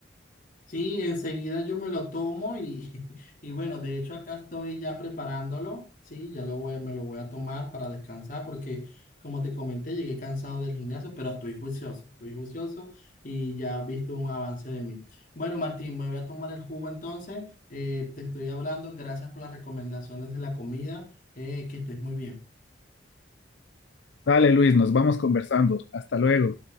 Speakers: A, on the left (about 45°); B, on the left (about 70°).
A: Sí, enseguida yo me lo tomo y, <laughs> y bueno, de hecho acá estoy ya preparándolo, sí, ya lo voy, me lo voy a tomar para descansar porque como te comenté llegué cansado del gimnasio, pero estoy juicioso, estoy juicioso y ya has visto un avance de mí. Bueno, Martín, me voy a tomar el jugo entonces, eh, te estoy hablando, gracias por las recomendaciones de la comida, eh, que estés muy bien.
B: Dale, Luis, nos vamos conversando. Hasta luego.